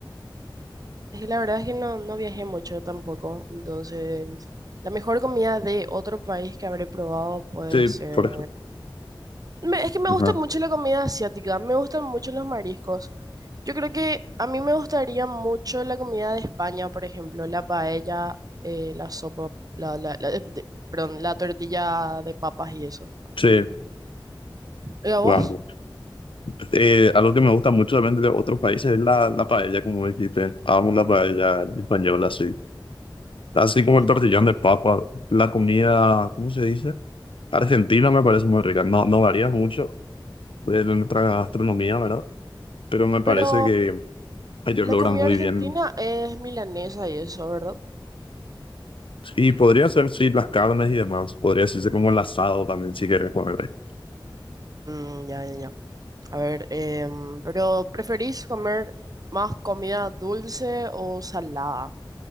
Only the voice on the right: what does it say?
es que la verdad es que no, no viajé mucho tampoco, entonces la mejor comida de otro país que habré probado puede
ser
Me- es que me
gusta mucho la comida asiática, me gustan mucho los mariscos. Yo creo que a mí me gustaría mucho la comida de España, por ejemplo, la paella, eh, la sopa, la, la- la- eh, de- perdón, la tortilla de papas y eso.
¿Y a
vos?
Ujú.
Ujú.
Pero
la
comida
argentina
es milanesa y eso, ¿verdad?
Mm, ya, ya, ya. A ver, em, pero ¿preferís comer más comida dulce o salada?